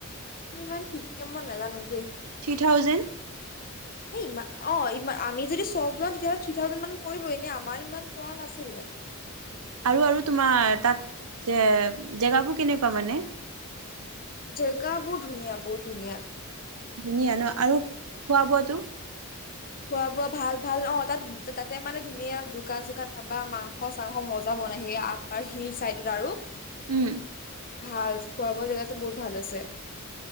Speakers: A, on the left; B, on the right.
A: ইমান ঠিককে মই নাজানো।
B: Three thousand.
A: ই অ' আমি যদি চব যাওঁ তেতিয়াহ'লে থ্ৰী থাউজেণ্ড মান পৰিব এনে আমাৰ ইমান কৰা নাছিলে।
B: আৰু, আৰু তোমাৰ তাত যে। জেগাবোৰ কেনেকুৱা মানে?
A: জেগাবোৰৰ ধুনীয়া বহুত। ধুনীয়া।
B: ধুনীয়া ন আৰু খোৱা বোৱাটো।
A: খোৱা-বোৱা ভাল, ভাল অ' তাত। ত' তাতে মানে ধুনীয়া দোকান চোকান পাবা মাংস চাংস মজা বনাই সেই আপাৰ হিল চাইডত আৰু।
B: উম্।
A: ভাল। খোৱা বোৱা জেগাতো বহুত ভাল আছে।